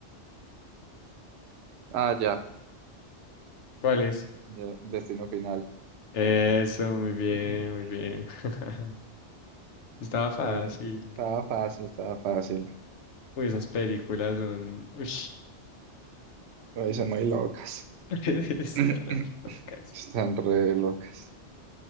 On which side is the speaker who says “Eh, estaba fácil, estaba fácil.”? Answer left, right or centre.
Right